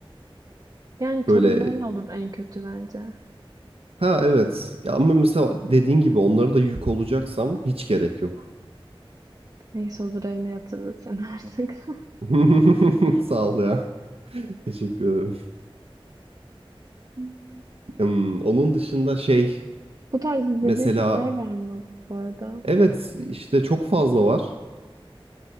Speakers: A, on the right; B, on the right.
A: Yani torunlarla
B: Böyle
A: olur en kötü bence.
B: ha evet. Ya ama mesela dediğin gibi onlara da yük olacaksam hiç gerek yok.
A: Neyse olur evine yatırırız seni artık.
B: <laughs> Sağ ol ya. Teşekkür ederim.
A: <laughs>
B: Hmm, onun dışında şey
A: Bu tarz izlediğin
B: mesela
A: filmler var mı bu arada?
B: evet işte çok fazla var.